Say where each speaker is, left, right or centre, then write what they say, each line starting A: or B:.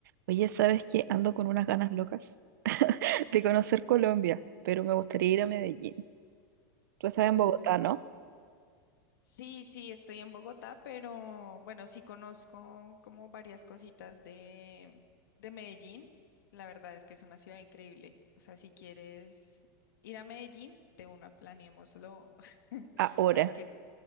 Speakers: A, on the right; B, on the left.
A: Oye, ¿sabes qué? Ando con unas ganas locas <laughs> de conocer Colombia, pero me gustaría ir a Medellín. Tú estás en
B: Uf,
A: Bogotá, ¿no?
B: sí, sí, estoy en Bogotá, pero bueno, sí conozco como varias cositas de, de Medellín. La verdad es que es una ciudad increíble. O sea, si quieres ir a Medellín, de una planeémoslo <laughs>
A: Ahora.
B: para que